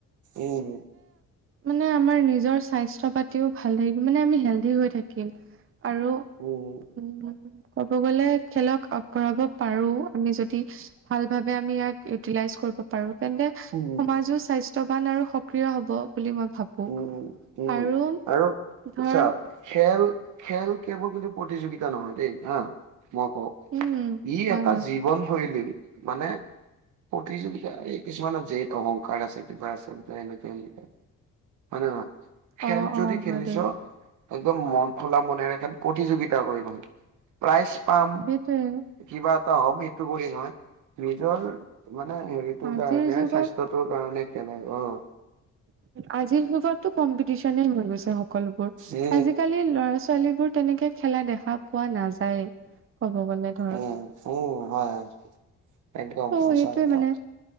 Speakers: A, on the right (about 75°); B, on the right (about 45°).
A: উম
B: মানে আমাৰ নিজৰ স্বাস্থ্য পাতিও ভাল লাগিব মানে আমি হেল্ডি হৈ থাকিম আৰু
A: উম
B: উম ক'ব গলে খেলক আগবঢ়াব পাৰো আমি যদি ভাল ভাবে আমি ইয়াক ইউটিলাইজ তিলাইজ কৰিব পাৰো তেন্তে সমাজো
A: উম
B: স্বাস্থ্যৱান আৰু সক্ৰিয় হব। বুলি মই ভাবো
A: উম উম
B: আৰু
A: আৰু
B: ধৰ
A: চা খেল খেল কেৱল কিন্তু প্ৰতিযোগিতা নহয় দেই হা মই কওঁ
B: উম
A: ই
B: হয়
A: এটা
B: হয়
A: জীৱনশৈলী মানে প্ৰতিযোগিতা এই কিছুমানৰ যেত অহংকাৰ আছে কিবা আছে <unintelligible> হয় নে নহয় খেল
B: অ
A: যদি
B: অ
A: খেলিছ
B: হয় দেই
A: একদম মন খোলা মনেৰে খেল প্ৰতিযোগি <unintelligible> প্ৰাইজ পাম
B: সেইটোয়ে
A: কিবা ত মিটো কৰি নহয় নিজৰ মানে হেৰিটোৰ
B: আজিৰ
A: কাৰণে
B: যুগত
A: স্বাস্থ্য টোৰ কাৰণে খেল হয় অ
B: আজিৰ সভাগটো কম্পিটিচন নে সকলোবোৰ
A: উম
B: আজিকালি ল'ৰা ছোৱালী বোৰ তেনেকে খেলা দেখা পোৱা নাযায়। ক'ব গ'লে ধৰ
A: উম -উম, হয় -হয় একদম
B: ত'
A: সঁচা
B: সেইটোয়ে
A: কথা
B: মানে